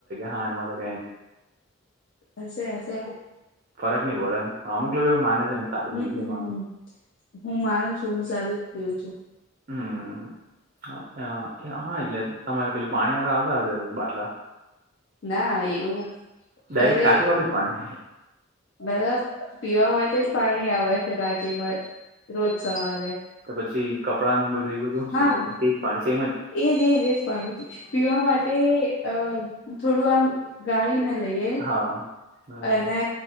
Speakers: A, on the right; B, on the left.
A: હા એમાં ક
B: હશે હશે
A: ફરક નહ પડ એમ અમુક લોકો એવું માને છે ને સાદું
B: હમ
A: પી
B: હમ
A: છે પાણી
B: હ હું માનું છું હું સારું જ જોું છું
A: હમ હા એટલે તમારે પેલું પાણી વાળા આવતા હશે બાટલા
B: ના એવું
A: ડાયરેક
B: અરે
A: ટાકી વાળું જ પાણી
B: મતલબ પીવા માટે જ પાણી આવે છે રાકીમાં રોજ સવારે
A: કે પછી કપડા ન બધું એ બધું
B: હા
A: શુંજ પાણી સેમ જ
B: એજ એજ એજ પીવા માટે અ થોડું આમ ગાળી ને લઈએ
A: હા બરાબર
B: અને